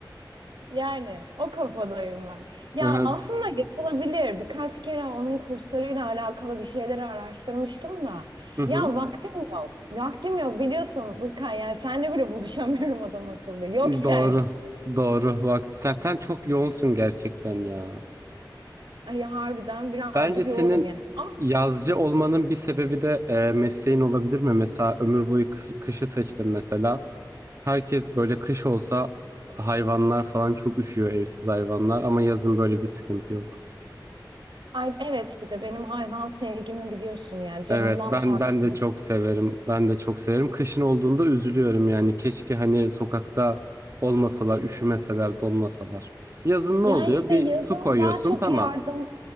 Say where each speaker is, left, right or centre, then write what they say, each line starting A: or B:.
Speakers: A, on the right (about 80°); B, on the right (about 40°).
A: Yani o kafadayım ben. Ya
B: Hı hı.
A: aslında yapılabilir. Birkaç kere onun kurslarıyla alakalı bir şeyler araştırmıştım da.
B: Hı hı.
A: Ya vaktim yok. Vaktim yok biliyorsun Burkan. Yani seninle bile buluşamıyorum adam akıllı. Yok
B: Doğru.
A: yani.
B: Doğru. Bak sen, sen çok yoğunsun gerçekten ya.
A: Ay harbiden birazcık
B: Bence senin
A: yoğunum yani. Ama
B: yazcı olmanın bir sebebi de e, mesleğin olabilir mi? Mesela ömür boyu kış- kışı seçtim mesela. Herkes böyle kış olsa hayvanlar falan çok üşüyor evsiz hayvanlar ama yazın böyle bir sıkıntı yok.
A: ay, evet bir de benim hayvan sevgimi biliyorsun yani. Canımdan
B: Evet ben
A: parça
B: ben de
A: gibi.
B: çok severim. Ben de çok severim. Kışın olduğunda üzülüyorum yani. Keşke hani sokakta olmasalar, üşümeseler, donmasalar. Yazın ne
A: Ya
B: oluyor?
A: işte
B: Bir
A: yazın
B: su koyuyorsun,
A: daha çok
B: tamam.
A: yardım